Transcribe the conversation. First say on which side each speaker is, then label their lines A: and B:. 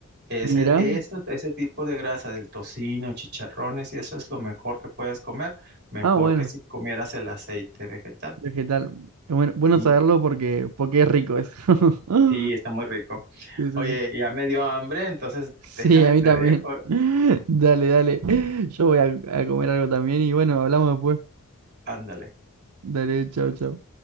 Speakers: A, on the right (about 45°); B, on the right (about 80°).
A: Ese,
B: mirá.
A: eso- ese tipo de grasa del tocino, chicharrones y eso es lo mejor que puedes comer, mejor
B: Ah, bueno.
A: que si comieras el aceite vegetal.
B: Vegetal. Bueno, bueno
A: Sí,
B: saberlo porque, porque es rico eso. <laughs>
A: sí, está muy rico.
B: Sí, sí,
A: Oye,
B: sí.
A: ya me dio hambre, entonces
B: Sí,
A: <laughs> déjame
B: a mí
A: te
B: también.
A: dejo.
B: <laughs> Dale, dale. Yo voy a, a comer algo también y bueno, hablamos después.
A: Ándale.
B: Dale, chao, chao.